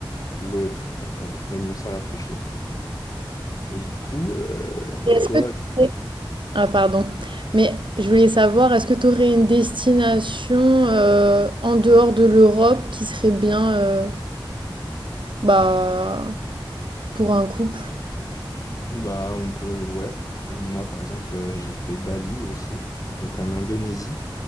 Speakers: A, on the left (about 40°); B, on the right (about 70°).
A: L'eau est très très froide, mais bon, ça rafraîchit. Et du coup, euh,
B: Et Est-ce
A: toi,
B: que t'aurais-
A: du coup,
B: Ah, pardon. Mais je voulais savoir, est-ce que tu aurais une destination euh, en dehors de l'Europe qui serait bien euh, bah, pour un couple?
A: bah on peut, ouais. Moi, par exemple, euh, j'ai fait Bali aussi, donc en Indonésie.